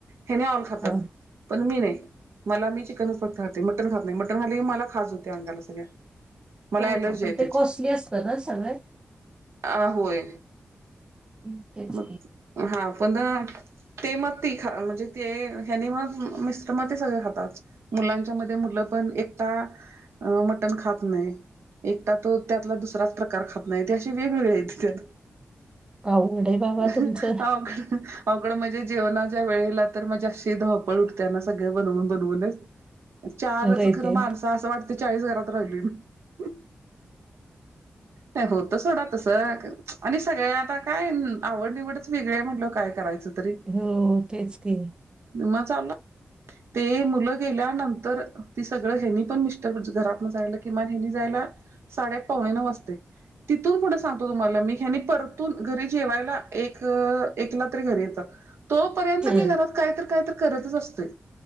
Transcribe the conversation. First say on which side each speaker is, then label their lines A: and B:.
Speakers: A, on the right (about 85°); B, on the right (about 20°).
A: हे नाही ऑल खातात
B: हं.
A: पण मी नाही. मला मी चिकनच फक्त खाते मटन खात नाही मटन खाली क मला खाज होते अंगाला सगळ्या मला
B: हो
A: ॲलर्जी
B: का पण
A: आहे
B: ते
A: त्याची
B: कॉस्टली असतं ना सगळं
A: आ होय.
B: हम्म तेच
A: मग
B: की.
A: हा पण अ ते मग ती खा म्हणजे ते ह्यांनी म मिस्टर ते सगळे खातात मुलांच्या मध्ये मुलं पण एकता अ मटण खात नाही. एकता तो त्यातला दुसराच प्रकार खात नाही ते अशी वेगवेगळे आहेत त्यात
B: अवघड आहे बाबा
A: हो
B: तुमचं.
A: का अवघडं म्हणजे जेवणाच्या वेळेला तर, माझी अशी धावपळ उठते ना सगळं बनवून बनवूनच चारंच
B: आहे
A: खरं,
B: ते.
A: माणस असं वाटते चाळीस घरात राहिलोय मी. नाही, होतं सोडा तसं. आणि सगळ्या आता काय, आवड निवडंच वेगळी आहे म्हणल्यावर काय करायचं तरी.
B: हो, तेच की.
A: म चालू ते मुलं गेल्यानंतर, ती सगळं ह्येनी पण मिस्टर घरातनं जायला किमान ह्येनी जायला साडेआठ-पावणेनऊ वाजतंय. तिथून पुढं सांगतो तुम्हाला मी, ह्यानी परतून घरी जेवायला एक, एकला तरी घरी येतात. तोपर्यंत,
B: हं.
A: मी घरात काय तर काय तर करतच असतोय.